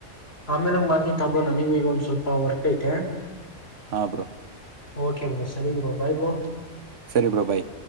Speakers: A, on the left (about 55°); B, on the right (about 70°).
A: ಆಮೇಲಂಗ ಮಾಡ್ತ ತಾಬಡೋಣ ನೀಗ ಈಗ ಒಂದ್ ಸ್ವಲ್ಪ ವರ್ಕ್ ಐತೆ
B: ಹಾ ಬ್ರೋ
A: ಓಕೆ ಸರಿ ಬ್ರೋ ಭಾಯ ಬ್ರೋ
B: ಸರಿ ಬೋ ಬಾಯ್